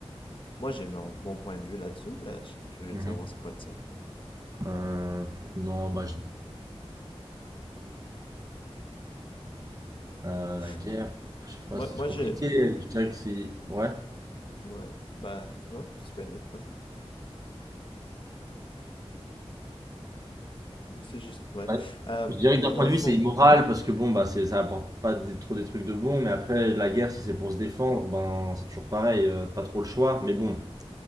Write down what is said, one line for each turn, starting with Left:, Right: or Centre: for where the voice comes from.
Left: Moi, j'ai mon, mon point de vue là-dessus, mais je serais curieux
Right: Mhm.
Left: de savoir c'est quoi le tien.
Right: Euh, non, bah, Euh,
Left: Ouais.
Right: la guerre, je sais
Left: Moi,
Right: pas, c'est
Left: moi
Right: compliqué.
Left: j'ai.
Right: Je dirais que c'est. Ouais.
Left: Ouais. ben non, tu peux y aller. Ouais. C'est juste. Ouais.
Right: Ouais.
Left: Euh,
Right: Je dirais que
Left: mais
Right: d'un point
Left: dans
Right: de
Left: le
Right: vue,
Left: fond,
Right: c'est immoral parce que bon, bah, c'est, ça apporte pas des- trop des trucs de bon. Mais après, la guerre, si c'est pour se défendre, ben, c'est toujours pareil. euh, pas trop le choix. Mais bon,